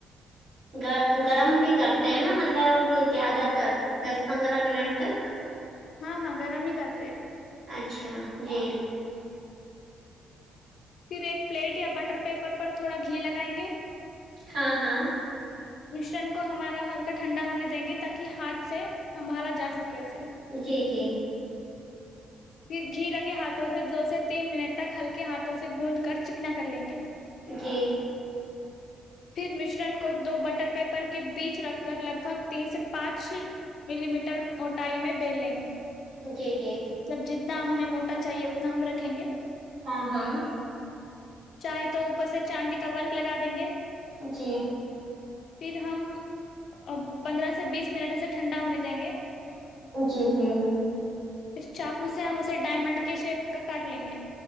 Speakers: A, on the right (about 75°); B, on the left (about 60°).
A: گ گرم بھی کرتے ہیں نا مطلب زیادہ تر دس پندرہ منٹ تک
B: ہاں ہاں گرم ہی کرتے
A: اچھا جی
B: پھر ایک پلیٹ یا بٹر پیپر پر تھوڑا گھی لگائیں گے
A: ہاں ہاں
B: مشرن کو ہمارا ہلکا ٹھنڈا ہونے دیں گے تاکہ ہاتھ سے سنبھالا جا سکے اسے
A: جی جی
B: پھر گھی لگے ہاتھوں سے دو سے تین منٹ تک ہلکے ہاتھ سے گوند کر چکنا کر لیں گے
A: جی
B: پھر مشرن کو دو بٹر پیپر کے بیچ رکھ کر لگ بھگ تین سے پانچ ملی میٹر موٹائی میں بیل لیں گے
A: جی جی
B: مطلب جتنا ہمیں موٹا چاہئے اتنا ہم رکھیں گے
A: ہاں ہاں
B: چاہے تو اوپر سے چاندی کا ورق لگا دیں گے
A: جی
B: پھر ہم پندرہ سے بیس منٹ اسے ٹھنڈا ہونے دیں گے
A: جی جی
B: پھر چاقو سے ہم اسے ڈائمنڈ کے شیپ کا کاٹ لیں گے